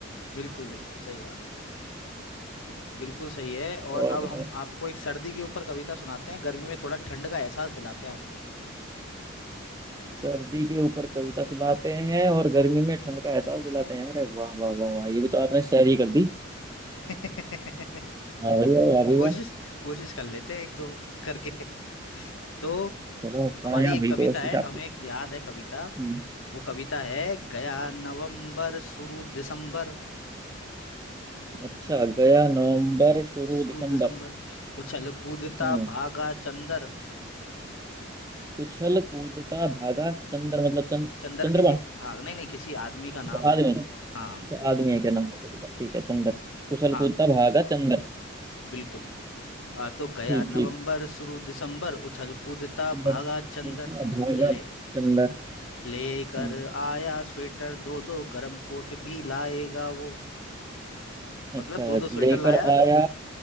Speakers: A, on the left; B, on the right.
A: बिल्कुल बिल्कुल सही बात है बिल्कुल सही है और
B: और
A: अब
B: बताओ
A: हम आपको एक सर्दी के ऊपर कविता सुनाते हैं गर्मी में थोड़ा ठंड का एहसास दिलाते हैं आपको
B: सर्दी के ऊपर कविता सुनाते हैं और गर्मी में ठंड का एहसास दिलाते हैं अरे वाह वाह वाह वाह ये भी तो आपने शायरी कर दी
A: <laughs>
B: वाह भाई वाह वाह भाई
A: कोशिश
B: वाह
A: कोशिश कर लेते हैं एक दो करके तो
B: चलो
A: हमारी
B: कामयाब
A: एक
B: हुई
A: कविता
B: कोशिश
A: है हमें
B: आपकी
A: एक याद है कविता
B: हम्म,
A: वो कविता है गया नवंबर शुरू दिसंबर
B: अच्छा गया नवंबर शुरू
A: शुरू
B: दिसंबर
A: दिसंबर उछल कूदता
B: हम्म
A: भागा चंदर
B: उछल कूदता भागा चंद्र मतलब चंद
A: चंदर
B: चंद्रमा
A: किसी हाँ नहीं नहीं किसी आदमी का नाम
B: अच्छा
A: है
B: आदमी
A: चंदर हाँ
B: अच्छा आदमी है क्या नाम है किसी का? ठीक है चंद्र उछल
A: हाँ
B: कूदता भागा चंद्र
A: बिल्कुल आ, तो गया
B: ठीक
A: नवंबर
B: ठीक
A: शुरू दिसंबर उछल कूदता
B: चंद्र
A: भागा
B: कूदता
A: चंदर
B: भागा
A: ले
B: चंद्र
A: लेकर
B: हम्म
A: आया स्वेटर दो दो गरम कोट भी लाएगा वो
B: अच्छा
A: मतलब दो दो स्वेटर
B: लेकर
A: अच्छा लाया
B: आया